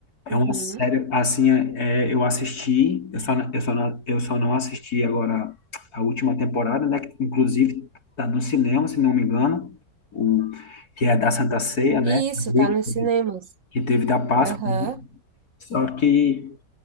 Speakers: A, on the left; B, on the right.
A: é
B: Uhum.
A: uma série, assim, é, é, eu assisti, eu só, não- eu só, não- eu só não assisti agora a última temporada, né? Que, inclusive, tá no cinema, se não me engano, o, que é da Santa Ceia, né?
B: Isso,
A: Que
B: tá nos cinemas.
A: teve que teve da Páscoa.
B: Aham,
A: né. Só que,